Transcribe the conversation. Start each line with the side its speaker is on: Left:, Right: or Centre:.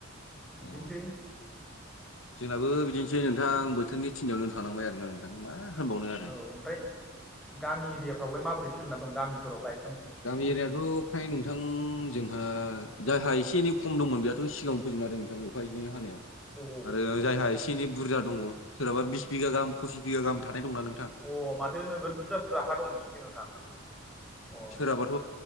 Centre: बिदिनोसै
Left: अ जोंनाबो बिदिनोसै नोंथां बोथोरनि थिननायावनो थांबाय आरो ना नोंथां मा होनबावनो आरो
Centre: औ ओमफ्राय गामि एरियाफ्रावलाय माबोरै सोलिना दं गामिफोराव गाय
Left: गामि एरिआ थ फ्राय नोंथां जोंहा दाहा एसे एनै खम दंमोन बेहाथ' सिगाङांनो फोजोबनो आरो नोंथां अखा एसेनि हानायाव
Centre: अ
Left: आरो जायहा एसे एनै बुरजा दङ सोरहाबा बिस बिगा गाहाम फसिस बिगा गाहाम थानाय दंना नोंथां।
Centre: अ माथो नोगोद बुरजा बुरजा हा दं नोंसोरनि दं नोंथां अ
Left: जाबाथ'